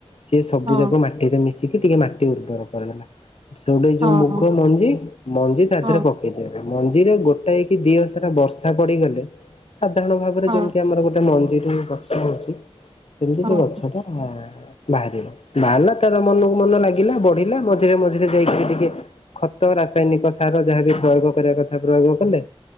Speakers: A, on the left; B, on the right.
A: ସିଏ ସବୁ
B: ହଁ
A: ଯାକ ମାଟିରେ ମିଶିକି ଟିକେ ମାଟି ଉର୍ବର କରିଦେଲା। ସେଇଟା ଏ
B: ହଁ
A: ଯୋଉ ମୁଗ
B: ହଁ
A: ମଞ୍ଜି ମଞ୍ଜି ତା
B: ହଁ
A: ଦେହରେ ପକେଇଦେବେ। ମଞ୍ଜିରେ ଗୋଟାଇକ କି ଦି ହସାରା ବର୍ଷା ପଡିଗଲେ। ସାଧାରଣ ଭାବରେ
B: ହଁ
A: ଯେମିତି ଆମର ଗୋଟେ ମଞ୍ଜିରୁ ଗଛ ହଉଛି। ସେମିତି
B: ହଁ
A: ସେ ଗଛ ହ ବାହାରିବ ବାହାରିଲା ତାର ମନକୁ ମନ ଲାଗିଲା। ବଢିଲା ମଝିରେ ମଝିରେ ଯାଇକି ଖତ ରାସାୟନିକ ସାର ଯାହାବି ପ୍ରୟୋଗ କରିବା କଥା ପ୍ରୟୋଗ କଲେ।